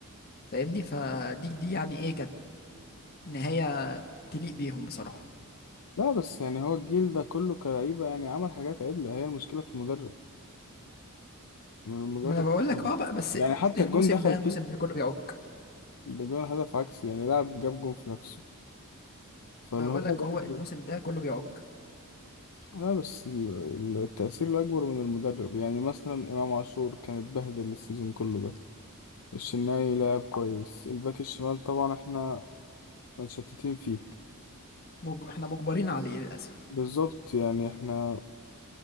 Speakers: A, on the left (about 45°); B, on the left (about 80°).
A: فاهمني فدي دي يعني ايه كانت نهاية تليق بيهم بصراحة
B: لا بس يعني هو الجيل ده كله كلعيبة يعني عمل حاجات عدلة هي المشكلة في المدرب المدرب
A: ما انا بقول لك اه بقى بس
B: يعني حتى
A: الموسم
B: الجون دخل
A: ده الموسم
B: فيه
A: ده كله بيعك
B: ده جون هدف عكسي يعني لاعب جاب جون في نفسه فاللي
A: ما أنا بقول
B: هو
A: لك
B: برضه
A: هو الموسم ده كله بيعك
B: لا بس ال- التأثير الأكبر من المدرب يعني مثلا إمام عاشور كان اتبهدل السيزون كله ده الشناوي لعب كويس الباك الشمال طبعا احنا متشتتين فيه
A: مج... احنا مجبرين عليه للاسف
B: بالظبط يعني احنا